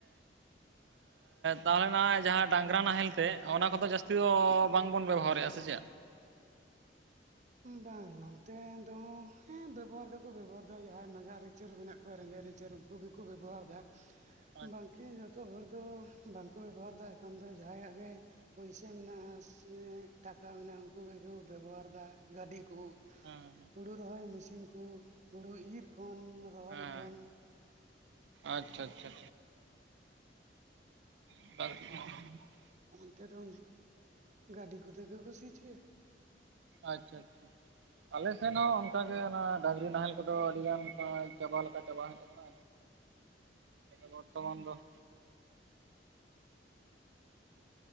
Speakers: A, on the right; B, on the right.
A: <inaudible>
B: ᱛᱟᱦᱞᱮ ᱱᱟᱜ ᱡᱟᱦᱟᱸ ᱰᱟᱝᱜᱽᱨᱟ ᱱᱟᱦᱮᱞ ᱛᱮ, ᱚᱱᱟ ᱠᱚᱫᱚ ᱡᱟᱹᱥᱛᱤ ᱫᱚ ᱵᱟᱝᱵᱚᱱ ᱵᱮᱵᱚᱦᱟᱨᱮᱫᱼᱟ ᱥᱮ ᱪᱮᱫ?
A: ᱵᱟᱝ ᱱᱚᱱᱛᱮᱸ ᱫᱚ ᱦᱮᱸ ᱵᱮᱵᱚᱦᱟᱨ ᱫᱚᱠᱚ ᱵᱮᱵᱚᱦᱟᱨ ᱮᱫᱟ, ᱡᱟᱦᱟᱸᱭ ᱱᱟᱜᱟᱨ ᱨᱮ ᱪᱟᱹᱨ ᱢᱮᱱᱟᱜ ᱠᱚᱣᱟ ᱨᱮᱸᱜᱮᱡ ᱨᱤᱪᱟᱹᱨ ᱩᱱᱠᱩ ᱜᱮ ᱠᱚ ᱵᱮᱵᱚᱦᱟᱨ ᱮᱫᱟ
B: ᱟᱪᱪᱷᱟ
A: ᱵᱟᱝᱠᱤ᱾ ᱦᱚᱲ ᱫᱚ ᱵᱟᱝ ᱠᱚ ᱵᱮᱵᱚᱦᱟᱨ ᱮᱫᱟ, ᱮᱠᱷᱚᱱ ᱫᱚ ᱡᱟᱦᱟᱸᱭᱟᱜ ᱜᱮ ᱯᱩᱭᱥᱟᱹ ᱢᱮᱱᱟᱜᱼᱟ ᱥᱮ ᱴᱟᱠᱟ ᱢᱮᱱᱟᱜᱼᱟ, ᱩᱱᱠᱩ ᱜᱮ ᱠᱚ ᱵᱮᱵᱚᱦᱟᱨ ᱮᱫᱟ ᱜᱟᱹᱰᱤ ᱠᱚ
B: ᱦᱩᱸ
A: ᱦᱩᱲᱩ ᱨᱚᱦᱚᱭ ᱢᱤᱥᱤᱱ ᱠᱩ, ᱦᱩᱲᱩ ᱤᱨ ᱠᱷᱚᱱ ᱨᱚᱦᱚᱭ
B: ᱦᱮᱸ
A: ᱠᱷᱚᱱ
B: ᱟᱪᱪᱷᱟ ᱟᱪᱪᱷᱟ <inaudible>
A: ᱚᱱᱛᱮ ᱫᱚ ᱜᱟᱹᱰᱤ ᱠᱚᱛᱮ ᱜᱮ ᱠᱩ ᱥᱤ ᱪᱚᱭᱟ᱾
B: ᱟᱪᱪᱷᱟ ᱟᱪᱪᱷᱟ ᱪᱷᱟ ᱟᱞᱮ ᱥᱮᱱ ᱦᱚᱸ ᱚᱱᱠᱟ ᱜᱮ ᱚᱱᱟ ᱰᱟᱝᱜᱽᱨᱤ ᱱᱟᱦᱮᱞ ᱠᱚᱫᱚ ᱟᱹᱰᱤ ᱜᱟᱱ ᱠᱚ ᱪᱟᱵᱟ ᱞᱮᱠᱟ ᱪᱟᱵᱟ ᱦᱮᱡ ᱟᱠᱟᱱᱟ᱾
A: <inaudible>
B: ᱵᱚᱨᱛᱚᱢᱟᱱ ᱫᱚ